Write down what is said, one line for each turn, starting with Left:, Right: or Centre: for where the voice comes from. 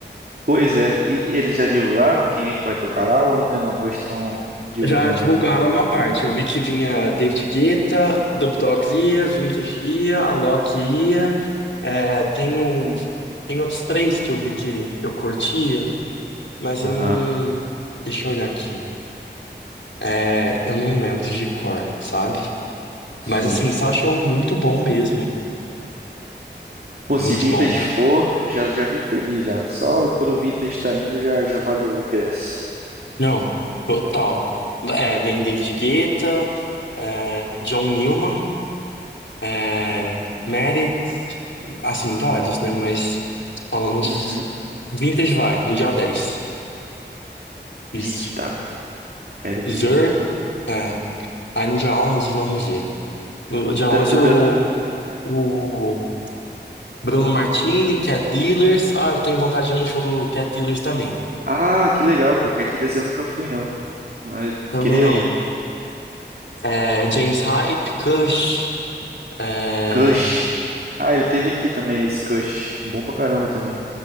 Right: Pois é, e eles já divulgaram quem é que vai tocar lá ou ainda não? Ou estão divulgando
Left: Já divulgaram
Right: ainda?
Left: uma parte. Eu vi que vinha David Guetta, Dub Dogs ia, Vintage ia, Alok ia. É, tem um, tem outros três que eu vi que eu curtia, mas eu
Right: Aham,
Left: não. Deixa eu olhar aqui. É, eu não lembro de cor, sabe?
Right: sim.
Left: Mas assim, só show muito bom mesmo.
Right: Pô,
Left: Muito
Right: se Vintage
Left: bom.
Right: for, já, já fico feliz já. Só pelo Vintage estar indo já, já valeu o ingresso.
Left: Não, total. É, vem David Guetta, é, John Newman. É, Maddox, assim, vários, né? Mas falando uns
Right: Uhum.
Left: Vintage vai, no dia 10. Isso.
Right: Eita, quero
Left: Zurb,
Right: ir então, mano.
Left: é. Aí no dia 11, vamos ver. No dia
Right: Tá-
Left: 11 o,
Right: tá-
Left: o Bruno Martini, Cat Dealers. Ah, eu tenho vontade de ir no show do Cat Dealers também.
Right: Ah, que legal, pô, Cat eu nunca fui não. Mas eu
Left: Também
Right: queria
Left: não.
Right: ir.
Left: É, James Hype, Kush. é,
Right: Kush. Ah, ele teve aqui também esse Kush. Bom pra caramba também.